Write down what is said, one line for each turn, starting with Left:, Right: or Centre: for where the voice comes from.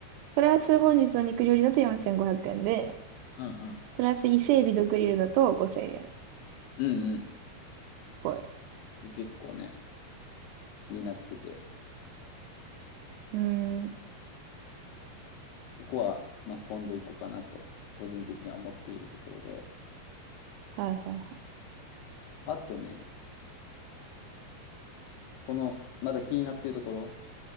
Right: プラス本日の肉料理だと4500円で、
Left: うんうん。
Right: プラス伊勢海老とグリルだと5000円っ
Left: うん
Right: ぽい。
Left: うん。結構ね、気になってて。
Right: うーん。
Left: ここは、まあ、今度行こうかなと、個人的には思っているところで。
Right: はいはいは
Left: あとね、この、まだ気になっているところ、